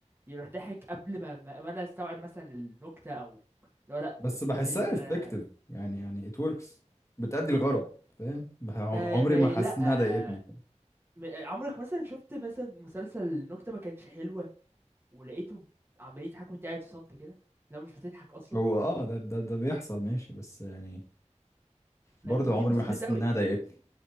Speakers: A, on the right; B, on the left.
A: يروح ضحك قبل ما ما ما انا استوعب مثلا النكته او لو لا ب-
B: بس
A: بتقفلني
B: بحسها
A: يعني
B: effective
A: انا
B: يعني يعني it works بتأدي الغرض فاهم بح- عم-
A: ما
B: عمري
A: ما
B: ما حسيت
A: لا
B: انها ضايقتني
A: م- عمرك مثلا شفت مثلا مسلسل نكته ما كانش حلوه ولقيته عمال يضحك وانت قاعد في صمت كده لا مش بتضحك اصلا
B: هو اه ده ده ده بيحصل ماشي بس يعني
A: ما
B: برضه
A: دي دي
B: عمري
A: مستفزه
B: ما حسيت
A: قوي
B: انها ضايقتني